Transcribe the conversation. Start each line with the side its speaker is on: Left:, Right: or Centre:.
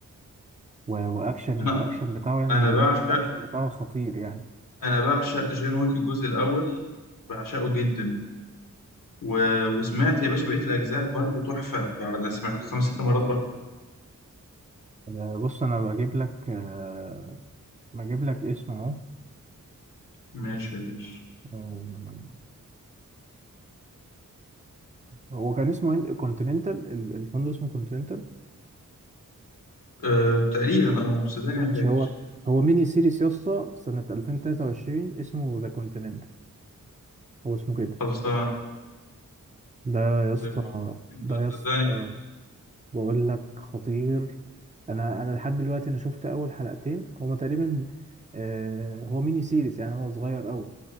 Right: و- واكشن
Left: انا
Right: الاكشن بتاعه يعني
Left: انا
Right: الاكشن
Left: بعشق
Right: بتاعه خطير يعني
Left: انا بعشق جون ويك الجزء الاول بعشقه جدا و... وسمعت يا باشا بقية الاجزاء برضو تحفة بعد سمعت
Right: مم.
Left: خمس ست مرات برضو
Right: آه، بص انا بجيب لك آه، بجيب لك اسم اهو
Left: ماشي يا باشا
Right: آه، هو كان اسمه كونتيننتال الفندق اسمه كونتيننتال
Left: أه تقريبا اه بس صدقني
Right: ماشي
Left: ما فاكر
Right: هو هو ميني سيريس يا اسطى سنة 2023 اسمه ذا كونتيننتال هو اسمه كده
Left: خلصان
Right: ده يا اسطى
Left: ذاكرتني انت
Right: ده يا
Left: صدقني
Right: اسطى
Left: خلاص
Right: بقول لك خطير انا انا لحد دلوقتي انا شفت اول حلقتين هما تقريبا آه، هو ميني سيريس يعني هو صغير قوي